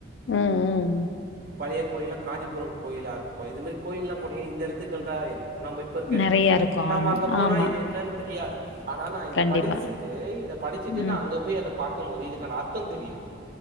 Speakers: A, on the left; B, on the right.
A: ம் ம்
B: பழைய கோயில்லா காஞ்சிபுரம் கோயிலா இருக்கட்டும் இதுமாரி கோயில்லாம் போனீங்க இந்த எழுத்துக்கள் தான் இருக்கும் நம்ப இப் இப்ப இருக்க எழுத்திருக்காது
A: நெறைய இருக்கு
B: நம்ப
A: ஆமா
B: அங்க போனா
A: ஆமா
B: இது என்னன்னு தெரியாது ஆனா நான் இத
A: கண்டிப்பா
B: படிசிட்டு இத படிச்சுட்டு
A: ம்
B: நான் அங்க போய் அத பாக்கும் போது இதுக்கான அர்த்தம் தெரியுது